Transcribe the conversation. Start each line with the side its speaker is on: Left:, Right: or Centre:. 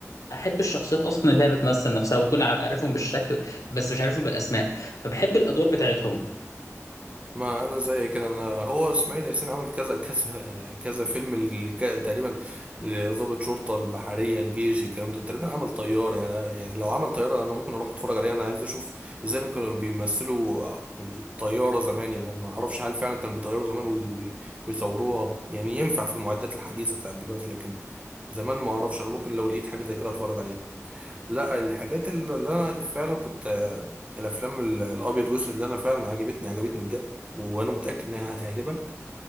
Left: احب الشخصيات اصلا اللي هي بتمثل نفسها واكون عارفهم بالشكل بس مش عارفهم بالاسماء فبحب الادوار بتاعتهم
Right: ما انا زي كده انا هو اسماعيل ياسين عمل كذا كذا آه، كذا فيلم اللي كا- تقريبا لضابط شرطه البحريه الجيش الكلام ده تقريبا عمل طيار يعني يعني لو عمل طياره انا ممكن اروح اتفرج عليه انا عايز اشوف ازاي كانوا بيمثلوا آه، يعني طياره زمان يعني أنا ما اعرفش هل فعلا كانوا بيطيروا زمان وي- وي- ويصوروها يعني ينفع في المعدات الحديثه بتاعت دلوقتي لكن زمان ما اعرفش انا ممكن لو لقيت حاجه زي كده اتفرج عليها لا الحاجات اللي اللي انا فعلا كنت آه، الافلام ال- الابيض والاسود اللي انا فعلا عجبتني عجبتني بجد وانا متاكد انها هتعجبك